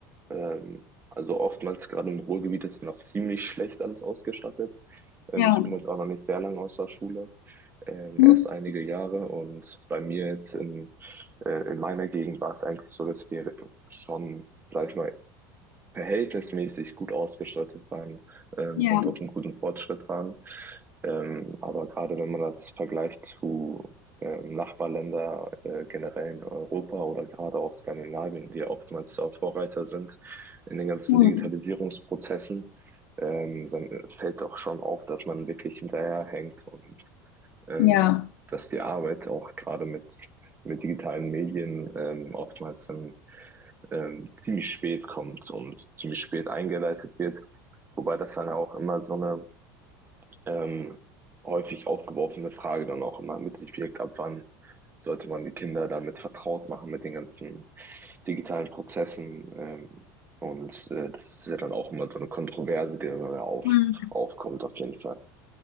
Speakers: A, on the right (about 20°); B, on the left (about 70°).
A: ähm, also oftmals gerade im Ruhrgebiet ist noch ziemlich schlecht alles ausgestattet. Ähm,
B: Ja.
A: ich bin jetzt auch noch nicht sehr lange aus der Schule, ähm,
B: Mhm.
A: erst einige Jahre und bei mir jetzt in, äh, in meiner Gegend war es eigentlich so, dass wir schon, sag ich mal, verhältnismäßig gut ausgestattet waren ähm,
B: Ja.
A: und auf einem guten Fortschritt waren. Ähm, aber gerade wenn man das vergleicht zu ähm, Nachbarländer äh, generell in Europa oder gerade auch Skandinavien, die oftmals da Vorreiter sind in den ganzen
B: Mhm.
A: Digitalisierungsprozessen, ähm, dann äh, fällt doch schon auf, dass man wirklich hinterherhängt und ähm,
B: Ja.
A: dass die Arbeit auch gerade mit, mit digitalen Medien ähm, oftmals dann ähm, ziemlich spät kommt und ziemlich spät eingeleitet wird. Wobei das dann auch immer so eine ähm, häufig aufgeworfene Frage dann auch immer mit sich birgt, ab wann sollte man die Kinder damit vertraut machen, mit den ganzen digitalen Prozessen. Ähm, und äh, das ist ja dann auch immer so eine Kontroverse, die dann auf,
B: Mhm.
A: aufkommt auf jeden Fall.